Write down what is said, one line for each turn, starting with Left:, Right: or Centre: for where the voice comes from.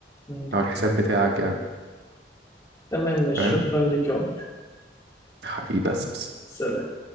Left: مم.
Right: أو الحساب بتاعك يعني
Left: تمام ماشي
Right: فاهم
Left: شكرا ليك يا عمر
Right: حبيبي بس
Left: سلام